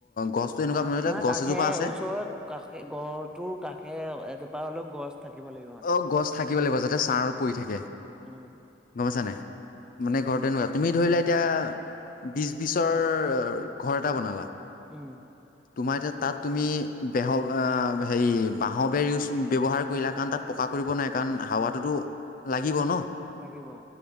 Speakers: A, on the left; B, in the centre.
A: গছটো এনেকুৱা
B: মানে
A: গছ
B: কাষে
A: এজোপা আছে
B: ওচৰৰত কাষে গড়টোৰ কাষে এজোপা হলেও গছ। থাকিব লাগিব মানে।
A: অ', গছ থাকিব লাগিব। যাতে ছাঁ পৰি থাকে
B: উম,
A: গমপইছা নে নাই। মানে ঘৰতে এনেকোৱা তুমি ধৰি লোৱা এতিয়া বিচ, বিচৰ ঘৰ এটা বনালা।
B: উম।
A: তোমাৰ এতিয়া তাত তুমি বেহ হেৰি বাঁহ বেৰ ইউজ ব্যয়ৱহাৰ কৰিলা কাৰণ তাত পকা কৰিব নাই কাৰণ হাৱাটোতো লাগিব ন।
B: লাগিব।